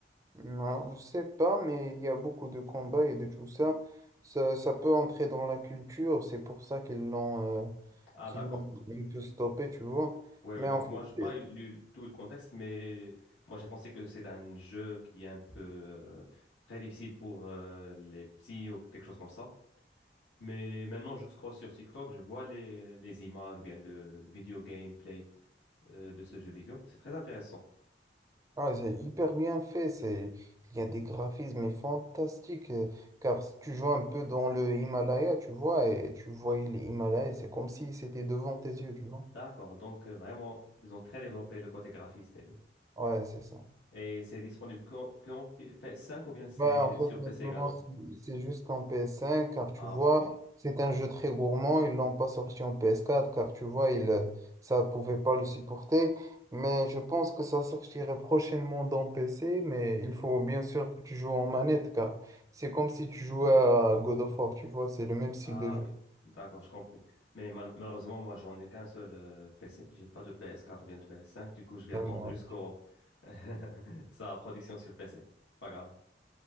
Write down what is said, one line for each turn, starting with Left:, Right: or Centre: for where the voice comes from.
Right: Alors, je sais pas, mais il y a beaucoup de combats et de tout ça. Ça, ça peut entrer dans la culture, c'est pour ça qu'ils l'ont euh,
Left: Ah,
Right: qu'ils
Left: d'accord.
Right: l'ont un peu stoppé, tu vois.
Left: Oui, ouais,
Right: Mais
Left: donc
Right: en fait,
Left: moi, j'ai pas
Right: c'est
Left: lu tout le contexte, mais moi, j'ai pensé que c'est un jeu qui est un peu euh, très difficile pour euh, les petits ou quelque chose comme ça. Mais maintenant, je scrolle sur TikTok, je vois les, les images ou bien le vidéo gameplay euh, de ce jeu vidéo. C'est très intéressant.
Right: Ah, c'est hyper bien fait, c'est... il y a des graphismes fantastiques, euh, car si tu joues un peu dans le Himalaya, tu vois, et tu voyais les Himalayas, c'est comme si c'était devant tes yeux, tu vois.
Left: D'accord. Donc, euh, vraiment, ils ont très développé le côté graphiste et tout.
Right: Ouais, c'est ça.
Left: Et c'est disponible qu'en qu'en P- PS5 ou bien c'est
Right: Bah, en fait,
Left: sur
Right: maintenant,
Left: PC également?
Right: c'est c'est juste en PS5, car tu
Left: Ah
Right: vois,
Left: bon.
Right: c'est un jeu très gourmand. Ils l'ont pas sorti en PS4, car tu vois, ils, euh, ça pouvait pas le supporter. Mais je pense que ça sortirait prochainement dans PC, mais il faut bien sûr que tu joues en manette, car c'est comme si tu jouais à God of War, tu vois, c'est le même style
Left: Ah
Right: de jeu.
Left: oui. D'accord, je compris. Mais mal- malheureusement, moi, j'en ai qu'un seul euh, PC. J'ai pas de PS4 ou bien de PS5. Du coup, je vais attendre
Right: Ouais,
Left: jusqu'au <laughs> sa production sur PC. Pas grave.